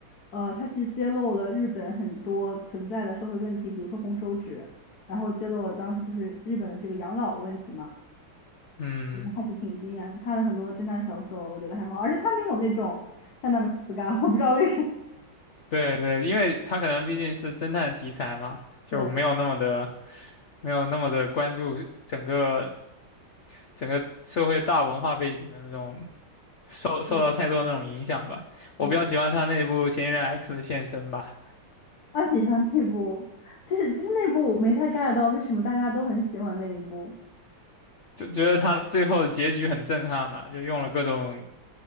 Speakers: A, on the left; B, on the left.
A: 呃，他去揭露了日本很多存在的社会问题，比如说红手指，然后揭露了当时就是日本的这个养老的问题嘛。
B: 嗯，
A: 还是挺惊艳的。他的很多侦探小说，我觉得还蛮好，而且他没有那种 <laughs> 淡淡的死感，我不知道为什么。
B: 对对，因为他可能毕竟是侦探题材嘛，就没有那么的
A: 对，
B: 没有那么的关注整个整个社会大文化背景的那种受受到太多那种影响吧。
A: 对的，
B: 我比较喜欢他那部《嫌疑人
A: 对的，
B: X》的现身吧，
A: 安启山那部，其实其实那部我没太 get 到为什么大家都很喜欢那一部。
B: 就觉得他最后结局很震撼嘛，就用了各种